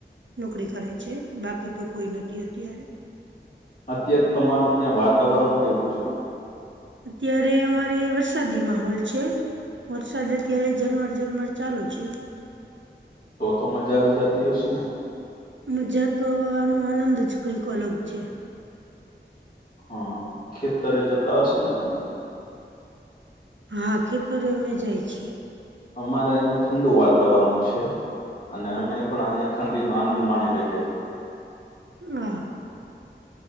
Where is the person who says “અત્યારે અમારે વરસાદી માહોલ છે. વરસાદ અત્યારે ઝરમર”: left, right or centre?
Right